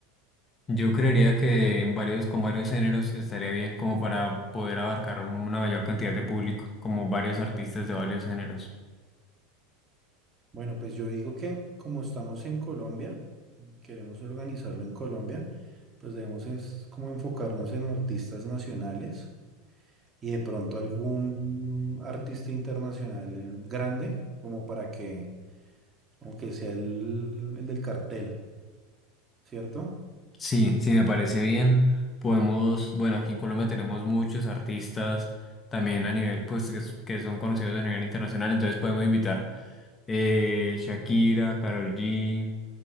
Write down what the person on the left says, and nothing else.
Yo creería que en varios, con varios géneros estaría bien como para poder abarcar una mayor cantidad de público, como varios artistas de varios géneros.
Sí, sí, me parece bien. Podemos, bueno, aquí en Colombia tenemos muchos artistas también a nivel, pues, que, s- que son conocidos a nivel internacional, entonces podemos invitar eh, Shakira, Karol G,